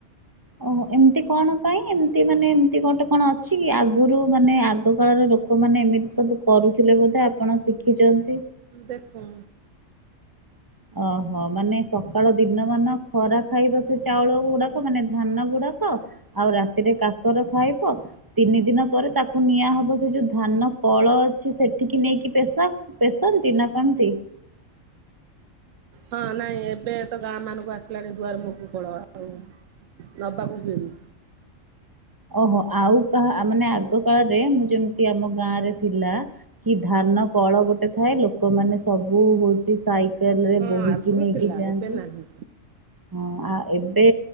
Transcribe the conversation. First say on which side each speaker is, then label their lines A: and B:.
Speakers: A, on the right; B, on the right.
A: ଓହୋ ଏମିତି କଣ ପାଇଁ ଏମିତି ମାନେ ଏମିତି ଗୋଟେ କଣ ଅଛିକି ଆଗରୁ ମାନେ ଆଗ କାଳର ଲୋ ଲୋକମାନେ ଏମିତି ସବୁ କରୁଥିଲେ ବୋଧେ ଆପଣ ଶିଖିଚନ୍ତି।
B: ଦେଖ
A: ଓହୋ ମାନେ ସକାଳ ଦିନ ମାନ ଖରା ଖାଇବ ସେଚାଉଳ ଗୁଡ଼ାକ ମାନେ ଧାନ ଗୁଡ଼ାକ ଆଉ ରାତିରେ କାକର ଖାଇବ ତିନି ଦିନ ପରେ ତାକୁ ନିଆହବ ସେଯୋଉ ଧାନ କଳ ଅଛି ସେଠିକି ନେଇକି ପେଶ ପେଶନ୍ତି ନା କେମିତି?
B: ହଁ ନାଇଁ ଏବେତ ଗାଁ ମାନଙ୍କୁ ଆସିଲାଣି ଦୁଆର ମୁହକୁ କୋଳ ଆଉ ନବାକୁ ହୁଏନି।
A: ଓହୋ ଆଉ କାହା ମାନେ ଆଗ କାଳରେ ମୁଁ ଯେମିତି ଆମ ଗାଁରେ ଥିଲା କି ଧାନ କଳ ଗୋଟେ ଥାଏ ଲୋକମାନେ ସବୁ ହୁ ସାଇକେଲରେ
B: ହଁ
A: ବୋହିକି
B: ଆଗରୁ
A: ନେଇକି
B: ଥିଲା
A: ଯାଆନ୍ତି
B: ଏବେ ନାହିଁ।
A: ହଁ ଆ ଏବେ